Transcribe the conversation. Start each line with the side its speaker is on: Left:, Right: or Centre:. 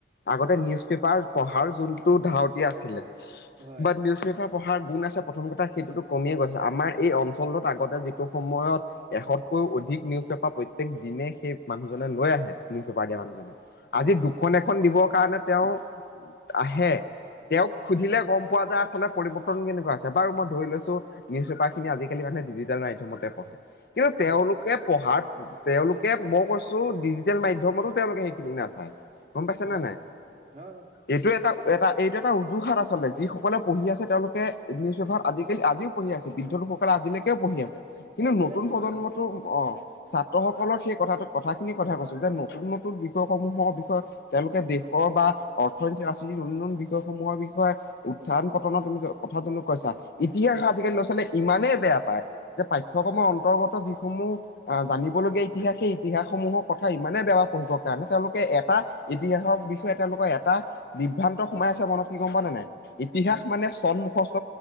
Left: আগতে নিউজ পেপাৰ পঢ়াৰ যোনটো ধাউতি আছিলে
Right: হয়
Left: বাত নিউজ পেপাৰ পঢ়াৰ গুণ আছে প্ৰথম কথা সেইটোতো, কমিয়ে গৈছে আমাৰ এই অঞ্চলটোত আগতে যিটো সময়ত এশতকৈও অধিক নিউজ পেপাৰ প্ৰত্যেক দিনে সেই মানুহজনে লৈ আহে নিজ পেপাৰ দিয়া মানুহজনে
Right: হয়
Left: আজি দুখন এখন দিবৰ কাৰণে তেওঁ আহে তেওঁক সুধিলে গম পোৱা যায় আচলতে পৰিবৱৰ্তন কেনেকুৱা আছে বাৰু মই ধৰি লৈছো নিউজ পেপাৰ খিনি আজিকালি মানুহে ডিজিটেল মাধ্যমতে পঢ়ে, কিন্তু
Right: হয়
Left: তেওঁলোকে পঢ়াত তেওঁলোকে মই কৈছো ডিজিটেল মাধ্যমতো তেওঁলোকে সেইখিনি নাচায় গম পাইছে
Right: হয়
Left: নে
Right: হয়
Left: নাই,
Right: হয় হয়
Left: এইটো এটা এটা এইটো এটা উজুহাত আচলতে যি যি সকলে পঢ়ি আছে, তেওঁলোকে নিউজ পেপাৰ আজিকালি আজিও পঢ়ি আছে বৃদ্ধসকলে আজিলৈকেও পঢ়ি আছে কিন্তু
Right: আজিলৈকে
Left: নতুন
Right: পৰি
Left: প্ৰজন্মটো
Right: আছো হয়।
Left: অ', ছাত্ৰ সকলৰ সেই কথাটো কথাখিনি কথা কৈছো, যে নতুন নতুন বিষয়সমূহৰ বিষয় তেওঁলোকে দেশৰ বা অৰ্থনীতি, ৰাজনীতিৰ, উন্নন বিষয়সমূহৰ বিষয়ে উত্থান পতনৰত তুমি কথা <unintelligible> কৈছা ইতিহাস আজিকালি লৰা ছোৱালী ইমানেই বেয়া পায় যে পাঠ্যক্ৰমৰ অন্তৰ্গত যিসমূহ আহ জানিবলগীয়া ইতিহাসে ইতিহাসসমূহৰ কথা ইমানেই বেয়া পঢ়িবৰ কাৰণে তেওঁলোকে এটা ইতিহাসৰ বিষয়ে তেওঁলোকৰ এটা বিভ্ৰান্ত সোমাই আছে মনত কি গম প নে নাই ইতিহাস
Right: হয়
Left: মানে চন মুখস্থ